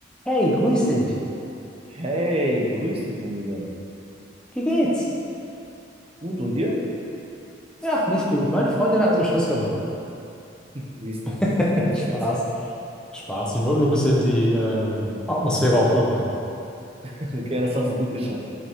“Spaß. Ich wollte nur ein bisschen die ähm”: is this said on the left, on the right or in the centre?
Centre